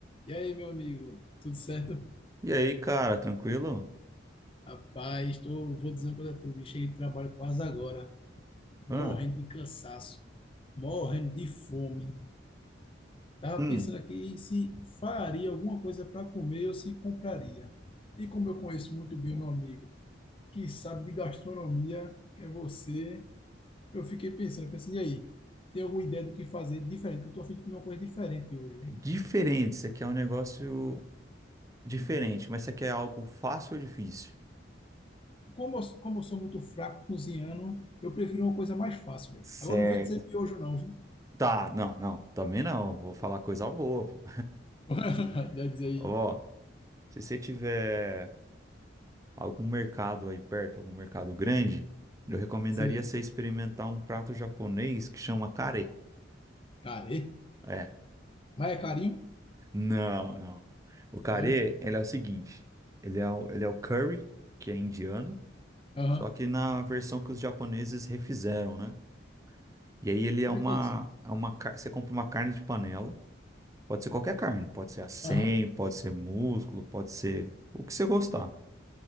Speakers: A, on the left; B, on the right.
A: E aí, meu amigo, tudo certo?
B: E aí, cara, tranquilo?
A: Rapaz, tô, vou dizer uma coisa a tu, vi, cheguei de trabalho quase agora, morrendo
B: Hã?
A: de cansaço, morrendo de fome. Tava
B: Hum,
A: pensando aqui se faria alguma coisa para comer ou se compraria. E como eu conheço muito bem meu amigo, que sabe de gastronomia, que é você, eu fiquei pensando, eu falei assim, e aí, tem alguma ideia do que fazer diferente? Que eu tô a fim de comer uma coisa diferente hoje, hein?
B: diferente. Isso aqui é um negócio diferente, mas isso aqui é algo fácil ou difícil?
A: Como eu, como eu sou muito fraco cozinhando, eu prefiro uma coisa mais fácil, velho.
B: Certo.
A: Agora não vem dizer miojo, não, viu?
B: Tá, não, não, também não. Vou falar coisa boa, pô.
A: <laughs> Já
B: <laughs>
A: diz aí,
B: Ó, se você tiver algum mercado aí perto, algum mercado grande, eu recomendaria
A: sim,
B: você experimentar um prato japonês que chama kare.
A: care.
B: É,
A: Mas é carinho?
B: não, não. O kare,
A: É não?
B: ele é o seguinte: ele é o, ele é o curry, que é indiano.
A: Aham.
B: Só que na versão que os japoneses refizeram, né? E aí ele
A: Como
B: é uma,
A: é que é isso?
B: é uma, car- você compra uma carne de panela, pode ser qualquer carne, pode ser a 100,
A: Aham,
B: pode ser músculo, pode ser o que você gostar.